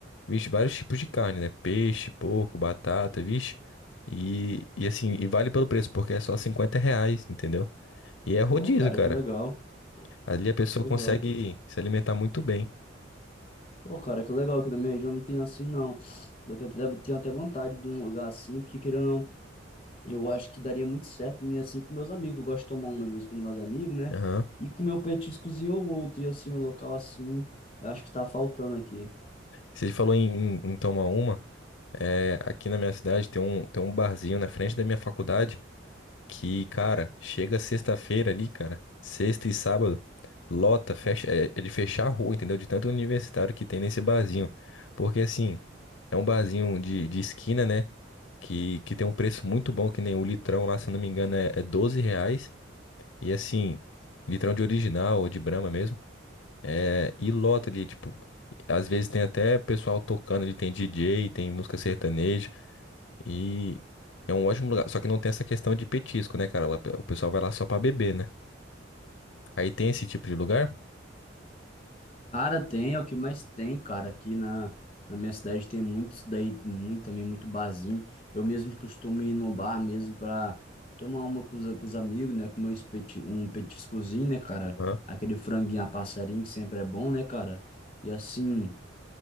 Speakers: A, on the left; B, on the left.
A: Vixe, vários tipos de carne, né? Peixe, porco, batata, vixe. E, e assim, e vale pelo preço, porque é só 50 reais, entendeu? E é rodízio,
B: Pô, cara,
A: cara.
B: que legal.
A: Ali a pessoa
B: Que Legal.
A: consegue se alimentar muito bem.
B: Pô, cara, que legal que da minha região não tem assim, não. Eu até- deve- tenho até vontade de um lugar assim, porque querendo ou não, eu acho que daria muito certo em ir assim com meus amigos. Eu gosto de tomar uma de vez com meus amigos, né?
A: Aham.
B: E comer um petiscozinho ou outro, e assim, um local assim, eu acho que tá faltando aqui.
A: Você falou em, em, em tomar uma. É, aqui na minha cidade tem um, tem um barzinho na frente da minha faculdade que, cara, chega sexta-feira ali, cara. Sexta e sábado, lota, fecha, é, é de fechar a rua, entendeu? De tanto universitário que tem nesse barzinho. Porque assim. É um barzinho de, de esquina, né? que, que tem um preço muito bom, que nem o litrão lá, se eu não me engano, é, é 12 reais. E assim, litrão de original ou de Brahma mesmo. É, e lota ali, tipo, às vezes tem até pessoal tocando ali, tem DJ, tem música sertaneja. E é um ótimo lugar. Só que não tem essa questão de petisco, né, cara? Lá, o pessoal vai lá só pra beber, né? Aí tem esse tipo de lugar?
B: Cara, tem, é o que mais tem, cara. Aqui na, na minha cidade tem muitos daí, muito também, muito barzinho. Eu mesmo costumo ir no bar mesmo pra tomar uma com os, com os amigos, né? Comer um, espeti, um petiscozinho, né, cara?
A: Aham.
B: Aquele franguinho a passarinho que sempre é bom, né, cara? E assim,